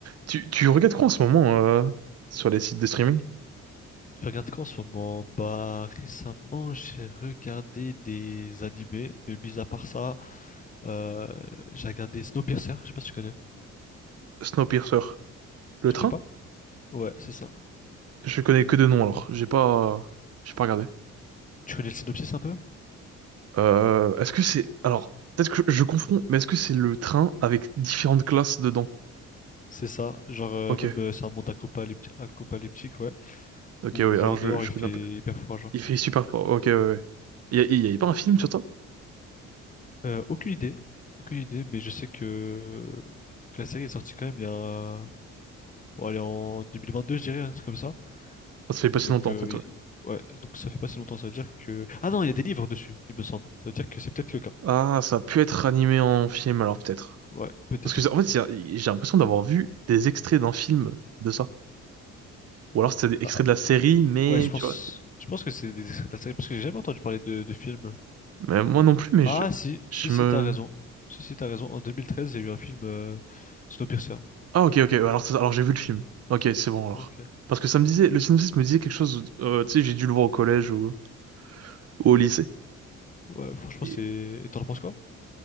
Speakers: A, on the right; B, on the left.
A: Tu, tu regardes quoi en ce moment euh, sur les sites de streaming?
B: Je regarde quoi en ce moment? Bah, récemment, j'ai regardé des animés, mais mis à part ça, euh, j'ai regardé Snowpiercer. Je sais pas si tu connais.
A: Snowpiercer. Le
B: Tu
A: train?
B: connais pas? Ouais, c'est ça.
A: Je connais que de nom alors. J'ai pas, j'ai pas regardé.
B: Tu connais le synopsis un peu?
A: Euh, est-ce que c'est... Alors, peut-être que je, je confonds, mais est-ce que c'est le train avec différentes classes dedans?
B: C'est ça. Genre, euh,
A: Ok.
B: même, euh, c'est un monde apocalypti- apocalyptique, ouais.
A: Ok,
B: Où,
A: oui,
B: genre,
A: alors je,
B: dehors,
A: je
B: il fait
A: connais un peu.
B: hyper froid, genre.
A: Il fait super froid. Ok, ouais, ouais. Il y a, il y avait pas un film sur ça?
B: Euh, aucune idée. Aucune idée, mais je sais que, que la série est sortie quand même il y a. Bon, elle est en 2022, je dirais, un truc comme ça.
A: Ah, Ça fait pas
B: Donc,
A: si longtemps
B: euh,
A: en fait,
B: y-
A: ouais.
B: ouais, donc ça fait pas si longtemps, ça veut dire que... Ah non, il y a des livres dessus, il me semble. Ça veut dire que c'est peut-être le cas.
A: Ah, ça a pu être animé en film alors peut-être.
B: Ouais, peut-être.
A: Parce que c'est- en fait, c'est- j'ai l'impression d'avoir vu des extraits d'un film de ça. Ou alors c'était des extraits
B: Ah,
A: de la série, mais
B: ouais, je pense,
A: tu vois.
B: je pense que c'est des extraits de la série, parce que j'ai jamais entendu parler de, de film.
A: Mais moi non plus, mais
B: Ah
A: je,
B: si,
A: je
B: si, si,
A: me...
B: t'as raison. Si, si, t'as raison. En deux mille treize il y a eu un film euh, Snowpiercer.
A: Ah ok, ok, alors, ça- alors j'ai vu le film. Ok, c'est bon alors.
B: Ok.
A: Parce que ça me disait, le synopsis me disait quelque chose, euh, tu sais, j'ai dû le voir au collège ou, ou au lycée.
B: Ouais, franchement,
A: Et
B: c'est... Et t'en penses quoi?